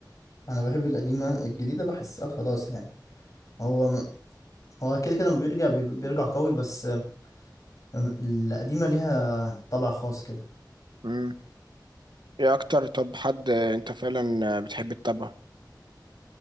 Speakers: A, on the left (about 45°); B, on the right (about 80°).
A: أنا بحب القديمة الجديدة بحسها خلاص يعني هو م- هو كده كده لما بيرجع بيبقى- بيرجع قوي بس آه، القديمة ليها طبع خاص كده
B: مم. إيه أكتر طب حد آه، أنت فعلا آه، بتحب تتابعه؟